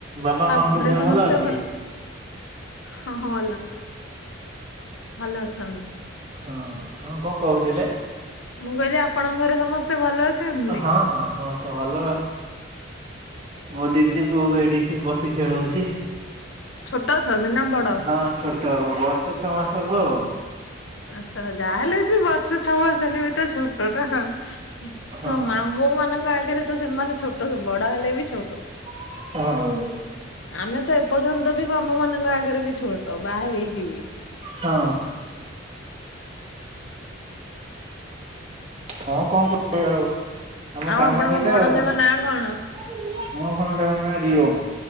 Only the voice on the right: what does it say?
ବାପା
ମାଆଙ୍କ
ଦେହ
ଭଲ ଅଛି?
ହଁ ହଁ କଣ କହୁଥିଲେ?
ହଁ ହଁ ସମସ୍ତେ ଭଲ। ମୋ ଦିଦି ପୁଅକୁ ଏଇଠି ଖେ ବସି ଖେଳଉଛି।
ହଁ ଛୋଟ ବର୍ଷେ ଛଅ ମାସ ହବ ଆଉ।
ଆଉ
<unintelligible>
ହଁ। ହଁ କଣ କରିବି ଆଉ, ଆମ
କାମ
ସେଇଟା
ଆଉ।
ମୋ <unintelligible> ରିଓ।